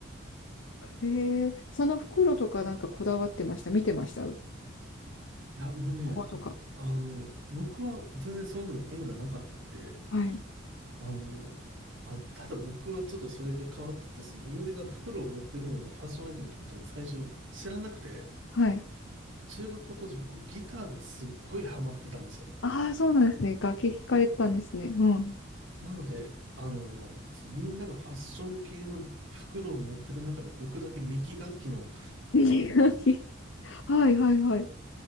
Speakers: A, on the left (about 70°); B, on the right (about 75°).
A: えーその袋とかなんかこだわってました。見てました。
B: な。いや、もうね、
A: こことか。
B: あの、僕は全然そういうのに縁がなかったんで、
A: はい。
B: あの、あ、ただ僕はちょっとそれが変わってて、そのみんなが袋を持ってるのがファッションアイテムってことに最初知らなくて、
A: はい。
B: 中学校当時僕ギターがすっごいハマってたんですよ。
A: ああ、そうなんですね。楽器弾かれてたんですね。うん。
B: なので、あの、そのみんながファッション系の袋を持ってる中で僕だけミキ楽器の、
A: <laughs> 楽器。はいはいはい。